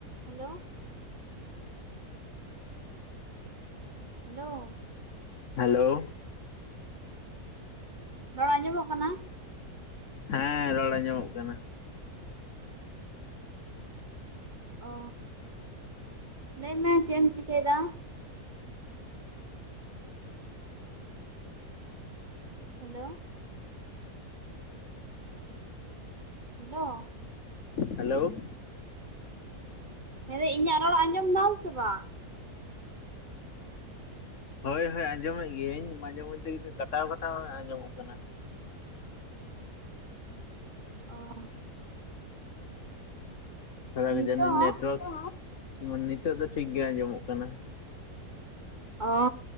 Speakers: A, on the right; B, on the left.
A: Hello. Hello.
B: Hello.
A: ᱨᱚᱲ ᱟᱸᱡᱚᱢᱚᱜ ᱠᱟᱱᱟ?
B: ᱦᱮᱸ ᱨᱚᱲ ᱧᱟᱢᱚᱜ ᱠᱟᱱᱟ᱾
A: ᱚᱹ ᱞᱟᱹᱭ ᱢᱮ ᱪᱮᱫ ᱮᱢ ᱪᱤᱠᱟᱹᱭᱮᱫᱟ? ᱦᱮᱞᱳ᱾ ᱦᱮᱞᱳ᱾
B: ᱦᱮᱞᱳ᱾
A: ᱢᱮᱱ ᱫᱟ ᱤᱧᱟᱹᱜ ᱨᱚᱲ ᱟᱸᱡᱚᱢ ᱫᱟᱢ ᱥᱮ ᱵᱟᱝ?
B: ᱦᱳᱭ ᱦᱳᱭ ᱟᱸᱡᱚᱢᱮᱫ ᱜᱤᱭᱟᱹᱟᱹᱧ ᱢᱟᱡᱷᱮ ᱢᱚᱫᱽᱫᱷᱮ ᱠᱟᱴᱟᱣ ᱠᱟᱴᱟᱣ ᱟᱸᱡᱚᱢᱚᱜ ᱠᱟᱱᱟ᱾
A: ᱚᱻ
B: <unintelligible>
A: ᱱᱤᱛᱚᱜ ᱦᱚᱸ
B: ᱱᱮᱴᱳᱣᱟᱨᱠ ᱱᱤᱛᱚᱜ ᱫᱚ ᱴᱷᱤᱠ ᱜᱮ ᱟᱸᱡᱚᱢᱚᱜ ᱠᱟᱱᱟ᱾
A: ᱚ